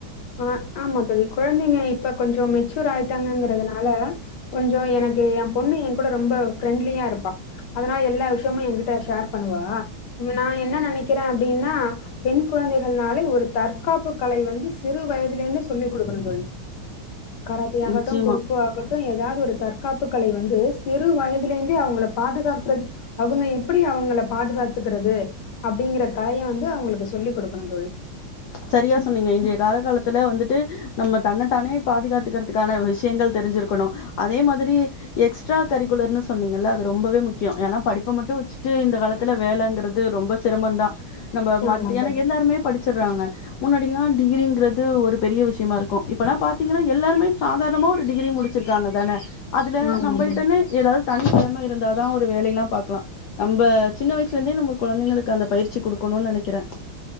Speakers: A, on the left; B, on the left.
A: ஆ ஆமா தோழி குழந்தைங்க இப்ப கொஞ்சோ மெச் சூர் ஆயிட்டாங்கங்கறதுனால கொஞ்சோ எனக்கு ஏன் பொண்ணு எங்கூட ரொம்ப ஃப்ரெண்ட்லியா இருப்பா அதனால எல்லா விஷயமு எங்கிட்ட ஷேர் பண்ணுவா ம் நா என்ன என்ன நெனக்கிற அப்டின்னா பெண் குழந்தைகள்னாலே ஒரு தற்காப்பு கலை வந்து சிறு வய துலேர்ந்தே சொல்லி குடுக்கணு தோழி கராத்தே ஆகட்டு
B: நிச்சயமா.
A: குங்ஃபூ ஆக ட்டு எதாவது ஒரு தற்காப்பு கலை வந்து சிறு வயதிலிருந்தே அவங்கள பாதுகாக்கிறது அவங்க எப்பிடி அவங்கள பாதுகாத்துக்கிறது அப்டிங்கற கலைய வந்து அவுங்களுக்கு சொல்லி் கொடுக்கணு தோழி
B: சரியா சொன்னீங்க இன்றைய கால காலத்துல வந்துட்டு நம்ம தன்னத்தானே பாதுகாத்துக்கிறதுக்கான விஷயங்கள் தெரிஞ்சிருக்கணு அதே மாதிரி எக்ஸ்ட்ரா கரிக்குலர்ன்னு சொன்னீங்கல்ல அது ரொம்பவே முக்கியோ ஏன்னா படிப்ப மட்டு வச்சுட்டு இந்த காலத்துல வேலங்கிறது ரொம்ப சிரமந்தா. நம்ப மத்
A: ஆமா
B: ஏன்னா
A: தோழி
B: எல்லாருமே படி ச்சர்றாங்க முன்னாடி எல்லா டிகிரிங்கிறது ஒரு பெரிய விஷயமா இருக்கு இப்பெல்லா பாத்தீங்கன்னா எல்லாருமே சாதாரணமா ஒரு டிகிரி முடிச்சிருக்காங்கதான அதுல
A: ஆமா
B: நம்பள்ட்டனு
A: தோழி
B: எதாவ்து தனித்திறமை இருந்தாதான் ஒரு வேலைலாம் பாக்கலாம் நம்ம சின்ன வயசுல இருந்தே நம்ம கொழந்தைங்களுக்கு அந்த பயிற்சி கொடுக்கணும்னு நெனைக்கிறேன்